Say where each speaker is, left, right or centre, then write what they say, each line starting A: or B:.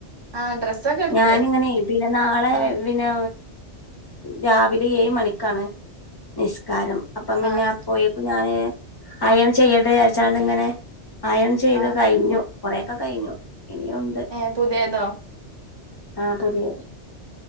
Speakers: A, on the right; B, on the left.
A: ആ ഡ്രസ്സൊക്കെ എടുത്ത്
B: ഞാൻഇങ്ങനെ പിന്നെ നാളെ
A: ആ
B: പിന്നെ രാവിലെ ഏഴ് മണിക്കാണ് നിസ് കാരം അപ്പം പിന്നെ
A: ആ നിസ്
B: അപ്പോയേക്കും ഞാന് അയൺ ചെയ്യട്ടേ വിചാരിച്ചാണ്ട് ഇങ്ങനെ അയൺ ചെയ്ത്
A: ആ
B: കഴിഞ്ഞു കൊറെ ഒക്കെ കഴിഞ്ഞു ഇനിയു ഇണ്ട്
A: ഏഹ് പുതിയതോ
B: ആഹ് പുതിയത്